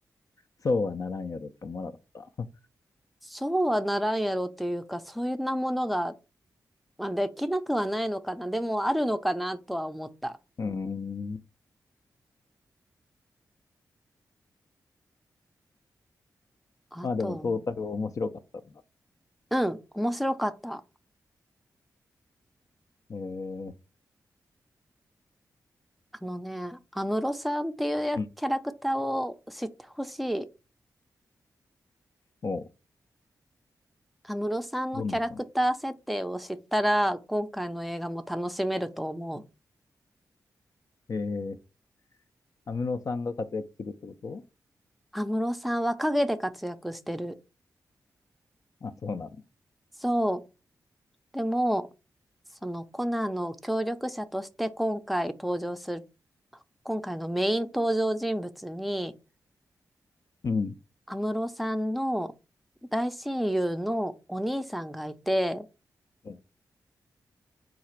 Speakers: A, on the left; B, in the centre.
A: そうはならんやろって思わなかった。
B: そうはならんやろっていうか、そういうなものが、まあ、できなくはないのかな。でもあるのかなとは思った。
A: <laughs> うーん。
B: あと
A: まあでもトータル面白かったんだ。
B: うん、面白かった。
A: えー、
B: あのね、安室さんっていうやキャラクターを知ってほしい。
A: うん。おう、
B: 安室さんのキャラクター設定を知ったら、
A: どんな人なの
B: 今回の映画も楽しめると思う。
A: えー、安室さんが活躍するってこと
B: 安室さんは陰で活躍してる。
A: あ、そうなんだ。
B: そう。でも、そのコナンの協力者として今回登場する、今回のメイン登場人物に、
A: うん。
B: 安室さんの大親友のお兄さんがいて、
A: うん